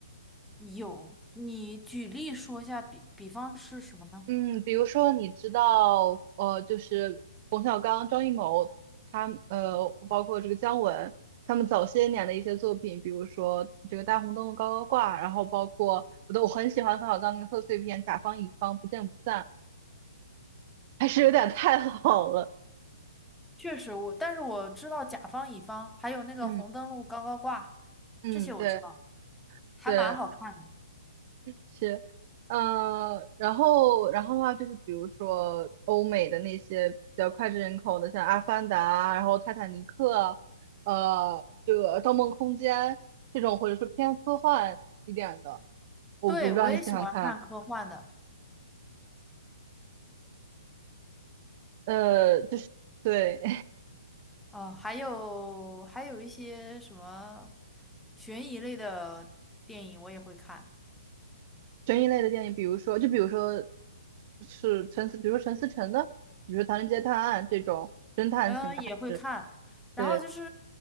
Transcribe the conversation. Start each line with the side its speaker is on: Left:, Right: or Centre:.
Centre: 有，你举例说一下，比比方是什么呢？
Right: 嗯，比如说你知道，呃，就是冯小刚、张艺谋，他呃，包括这个姜文，他们早些年的一些作品，比如说这个《大红灯笼高高挂》，然后包括我都我很喜欢冯小刚那个贺岁片《甲方乙方不见不散》，还是有点太 <laughs> 老了。
Centre: 确实我，但是我知道甲方乙方，还有那个红灯笼高高挂，
Right: 嗯嗯，
Centre: 这些我知道，
Right: 对
Centre: 还蛮好看的。
Right: 对。是，嗯、然后，然后的话就是，比如说欧美的那些比较脍炙人口的，像《阿凡达》，然后《泰坦尼克》，呃，这个《盗梦空间》这种，或者说偏科幻一点的，我不知道你喜欢看，
Centre: 对，我也喜欢看科幻的，
Right: 呃，就是对 <laughs>
Centre: 呃，还有还有一些什么悬疑类的电影我也会看，
Right: 悬疑类的电影，比如说，就比如说是陈思，比如说陈思诚的，比如说《唐人街探案》这种侦探型的，
Centre: 嗯、也会看。
Right: 还是
Centre: 然后就是
Right: 对。